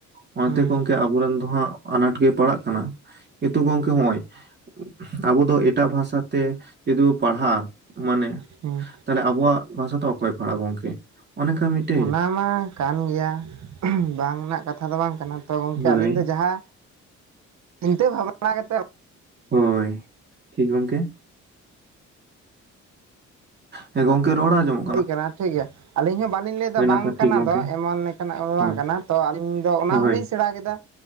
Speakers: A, on the right (about 35°); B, on the right (about 65°).
A: ᱚᱱᱟᱛᱮ
B: ᱦᱩᱸ
A: ᱜᱚᱝᱠᱮ ᱟᱵ ᱟᱵᱚᱨᱮᱱ ᱫᱚᱦᱟᱸᱜ ᱟᱱᱟᱴ ᱜᱮ ᱯᱟᱲᱟᱜ ᱠᱟᱱᱟ ᱠᱤᱱᱛᱩ ᱜᱚᱢᱠᱮ ᱱᱚᱜᱼᱚᱭ ᱟᱵᱚ ᱫᱚ ᱮᱴᱟᱜ ᱵᱷᱟᱥᱟᱛᱮ ᱡᱩᱫᱤ ᱵᱚ ᱯᱟᱲᱦᱟᱜᱼᱟ ᱢᱟᱱᱮ
B: ᱦᱩᱸ
A: ᱛᱟᱦᱞᱮ ᱟᱵᱚᱣᱟᱜ ᱵᱷᱟᱥᱟ ᱫᱚ ᱚᱠᱚᱭᱮ ᱯᱟᱲᱦᱟᱜᱼᱟ ᱜᱚᱝᱠᱮ ᱚᱱᱮᱠᱟ ᱢᱤᱫᱴᱮᱱ
B: ᱚᱱᱟ ᱢᱟ ᱠᱟᱱ ᱜᱮᱭᱟ ᱵᱟᱝ ᱨᱮᱱᱟᱜ ᱠᱟᱛᱷᱟ ᱫᱚ ᱵᱟᱝ ᱠᱟᱱᱟ ᱛᱚ ᱜᱚᱢᱠᱮ
A: ᱦᱳᱭ
B: ᱟᱹᱞᱤᱧ ᱫᱚ ᱡᱟᱦᱟᱸ ᱪᱤᱱᱛᱟᱹ ᱵᱷᱟᱵᱽᱱᱟ ᱠᱟᱛᱮᱫ
A: ᱦᱚᱭ ᱴᱷᱤᱠ ᱜᱚᱢᱠᱮ ᱦᱮᱸ ᱜᱚᱝᱠᱮ ᱨᱚᱲ ᱟᱡᱚᱢ
B: ᱦᱩᱭ ᱠᱟᱱᱟ ᱴᱷᱤᱠ ᱜᱮᱭᱟ ᱟᱹᱞᱤᱧ ᱦᱚᱸ ᱵᱟᱹᱞᱤᱧ ᱞᱟᱹᱭᱮᱫᱟ
A: ᱱᱟᱯᱟᱭ
B: ᱵᱟᱝ
A: ᱴᱷᱤᱠ
B: ᱠᱟᱱᱟ
A: ᱜᱚᱝᱠᱮ
B: ᱫᱚ ᱮᱢᱚᱱ ᱞᱮᱠᱟᱱᱟᱜ
A: ᱦᱳᱭ
B: ᱵᱟᱝ ᱠᱟᱱᱟ ᱛᱚ ᱟᱞᱤᱧ ᱫᱚ ᱚᱱᱟ
A: ᱦᱳᱭ
B: ᱦᱚᱞᱤᱧ ᱥᱮᱬᱟ ᱠᱮᱫᱟ